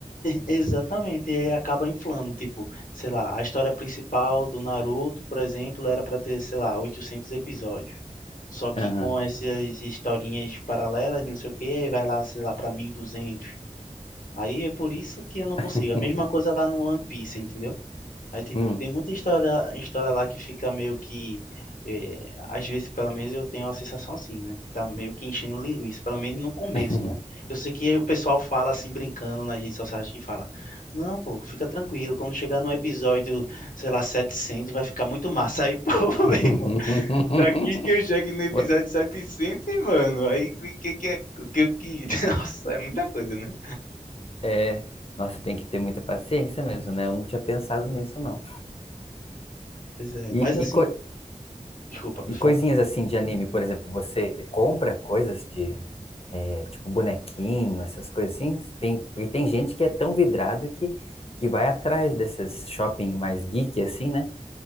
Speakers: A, on the left; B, on the left.
A: Exatamente, e aí acaba inflando, tipo, sei lá, a história principal do Naruto, por exemplo, era para ter, sei lá, 800 episódios. Só que
B: Aham.
A: com essas historinhas paralelas, não sei o quê, aí vai lá, sei lá, para mil e duzentos Aí é por isso que eu não consigo.
B: <laughs>
A: A mesma coisa lá no One Piece, entendeu? Mas, tipo,
B: Hum.
A: tem muita história, história lá que fica meio que. eh, às vezes, pelo menos, eu tenho a sensação assim, né? Que tá meio que enchendo linguiça, pelo menos no começo,
B: <laughs>
A: né? Eu sei que o pessoal fala assim, brincando nas redes sociais, que fala: Não, pô, fica tranquilo, quando chegar no episódio, sei lá, 700 vai ficar muito massa. Aí, <laughs> pô,
B: <laughs>
A: meu irmão, daqui que eu chego no episódio
B: Vou-
A: 700, mano, aí o que que é. O que que. <laughs> Nossa, é muita coisa, né?
B: É, nossa, tem que ter muita paciência mesmo, né? Eu não tinha pensado nisso, não.
A: Pois é,
B: E,
A: mas assim,
B: e, co-
A: desculpa, pessoal
B: e coisinhas assim de anime, por exemplo, você compra coisas de, é, tipo, bonequinho, essas coisas assim? Tem, porque tem gente que é tão vidrado que, que vai atrás desses shopping mais geek, assim, né?